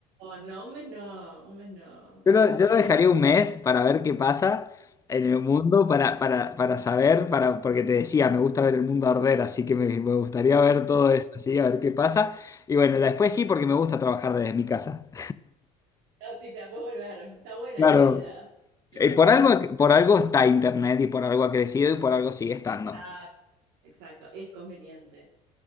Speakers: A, on the right; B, on the left.
A: montón, no, un mes no, un mes no, es
B: yo lo,
A: mucho.
B: yo lo dejaría un mes para ver qué pasa en el mundo, para, para, para saber, para, porque te decía, me gusta ver el mundo arder, así que me, me gustaría ver todo
A: <laughs>
B: eso, así, a ver qué pasa. Y bueno, después sí, porque me gusta trabajar desde mi casa.
A: No, sí, claro, puedes volver. Está buena
B: Claro.
A: esta vida remota.
B: Eh, por algo, por algo está Internet y por algo ha crecido y por algo sigue estando.
A: Ah, exacto, es conveniente.